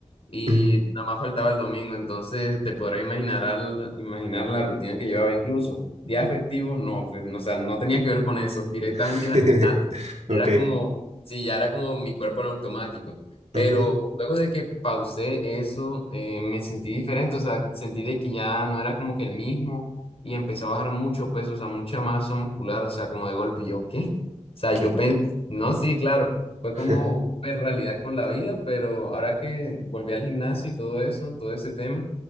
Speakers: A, on the left (about 50°); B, on the right (about 60°).
A: y
B: Ujú.
A: nada más faltaba el domingo. Entonces te podrás imaginar, al- imaginar la rutina que llevaba incluso. Días festivos, no, pues, no, o sea, no tenía que ver con eso. Directamente
B: <laughs>
A: iba al gimnasio. Y
B: Ok.
A: era como, sí, ya era como mi cuerpo en automático. Pero
B: ujú,
A: luego de que pausé eso, eh, me sentí diferente, o sea, sentí de que ya no era como que el mismo y empecé a bajar mucho peso, o sea, mucha masa muscular, o sea, como de golpe, y yo, ¿qué? O sea,
B: ok.
A: yo pensé, no, sí, claro, fue
B: <laughs>
A: como una realidad con la vida, pero ahora que volví al gimnasio y todo eso, todo ese tema,